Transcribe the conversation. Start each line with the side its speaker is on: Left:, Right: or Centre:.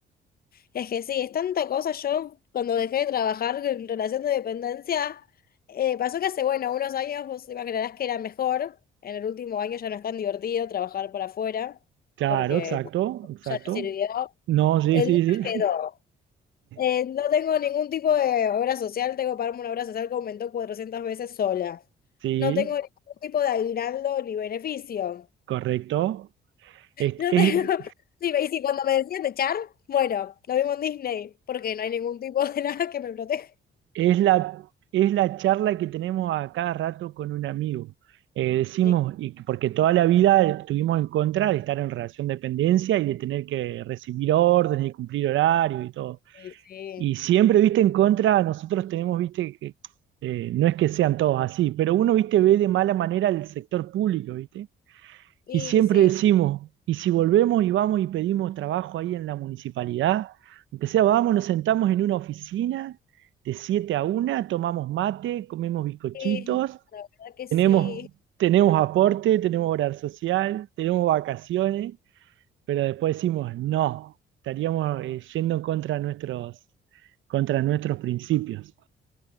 Left: Es que sí, es tanta cosa. Yo, cuando dejé de trabajar en relación de dependencia, eh, pasó que hace, bueno, unos años vos te imaginarás que era mejor. En el último año ya no es tan divertido trabajar por afuera,
Right: Claro,
Left: porque
Right: exacto, exacto.
Left: ya no sirvió.
Right: No, sí,
Left: El
Right: sí,
Left: libro
Right: sí.
Left: quedó. Eh,
Right: <laughs>
Left: no tengo ningún tipo de obra social, tengo que pagarme una obra social que aumentó 400 veces sola.
Right: Sí,
Left: No tengo ningún tipo de aguinaldo ni beneficio
Right: correcto. Es,
Left: no
Right: es,
Left: tengo- <laughs> Sí, y si cuando me decían de Char, bueno, lo vimos en Disney, porque no hay ningún tipo de <laughs> nada que me proteja.
Right: Es la, es la charla que tenemos a cada rato con un amigo. Eh, decimos,
Left: Y,
Right: y que- porque toda la vida estuvimos en contra de estar en relación de dependencia y de tener que recibir órdenes y cumplir horarios y todo.
Left: y sí,
Right: Y siempre, viste, en contra, nosotros tenemos, viste, que eh, no es que sean todos así, pero uno, viste, ve de mala manera el sector público, viste.
Left: y
Right: Y siempre
Left: sí,
Right: decimos, y si volvemos y vamos y pedimos trabajo ahí en la municipalidad, aunque sea, vamos, nos sentamos en una oficina de 7 a una tomamos mate, comemos bizcochitos,
Left: y sí, la verdad que sí.
Right: tenemos, tenemos aporte, tenemos horario social, tenemos vacaciones, pero después decimos, no, estaríamos eh, yendo contra nuestros, contra nuestros principios.